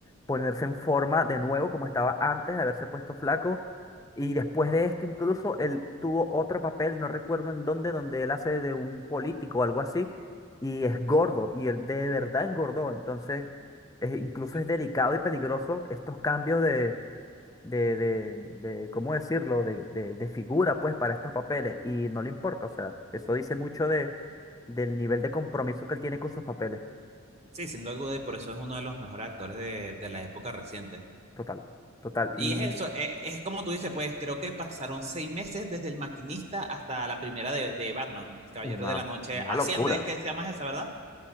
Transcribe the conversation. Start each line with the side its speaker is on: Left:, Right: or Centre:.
Left: ponerse en forma de nuevo, como estaba antes de haberse puesto flaco. Y después de esto, incluso él tuvo otro papel, no recuerdo en dónde, donde él hace de un político o algo así, y es gordo, y él de verdad engordó. Entonces, eh, incluso
Right: sí,
Left: es delicado y peligroso estos cambios de, de, de ¿cómo decirlo? De, de, de figura, pues, para estos papeles. Y no le importa, o sea, eso dice mucho de, del nivel de compromiso que él tiene con sus papeles.
Right: sí, sin duda, y por eso es uno de los mejores actores de, de la época reciente.
Left: Total, total.
Right: Y
Left: Y
Right: es eso, e- es, como tú dices, pues creo que pasaron seis meses desde El Maquinista hasta la primera de, de Batman, El Caballero
Left: una,
Right: de la Noche.
Left: una
Right: Asciende,
Left: locura.
Right: es que se llama esa, ¿verdad?